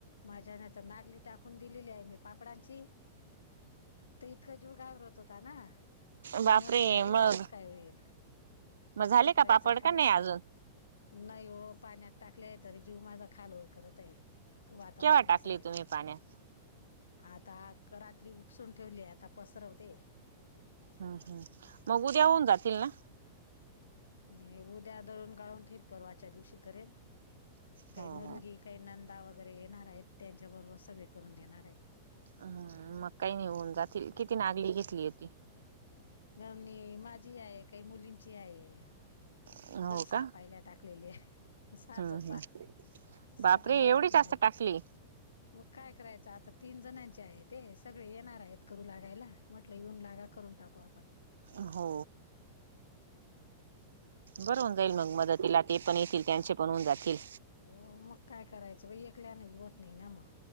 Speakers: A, on the left; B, on the right.
A: माझ्याने तर नागली टाकून दिलेली आहे, मी पापडांची. तर इतका जीव घाबरत होता ना, मी
B: बापरे
A: म्हटलं बाई
B: मग
A: कसं काय होईल?
B: मग झाले
A: काय
B: का
A: करायचं
B: पापड
A: आणि काय
B: का
A: नाही.
B: अजून
A: नाही ओ, पाण्यात टाकले तरी जीव माझा खालवर करत आहे. वातावरण
B: केव्हा टाकली
A: असं आहे
B: तुम्ही
A: तर.
B: पाण्यात
A: आता रात्री उपसून ठेवले, आता पसरवते.
B: हम्म, हम्म, मग उद्या होऊन जातील ना.
A: मी उद्या दळून गाळून ठेइल, परवाच्या दिवशी करेल. काही
B: हो
A: मुलगी,
B: हो
A: काही नंदा, वगैरे येणार आहेत, त्यांच्या बरोबर सगळे करून देणार आहेत.
B: हम्म, मग काही नाही होऊन जातील, किती नागली घेतली होती?
A: घमणी माझी आहे, काही मुलींची आहे.
B: हो
A: गंज सहा
B: का
A: पायल्या टाकलेली आहे, सहा
B: हम्म
A: चंपा.
B: हम्म
A: सहा
B: बापरे
A: चंपा
B: एवढी
A: टाकलेले.
B: जास्त टाकली
A: मग काय करायचं आता, तीन जणांचे आहे ते, सगळे येणार आहेत. करू लागायला, म्हटलं, येऊन लागा, करून टाकू आपण.
B: हो हो. बरं होऊन जाईल मग मदतीला,, ते पण येतील त्यांचे पण होऊन जातील.
A: हो मग काय करायचं बाई, ऐकल्यानी होत नाही ना मग.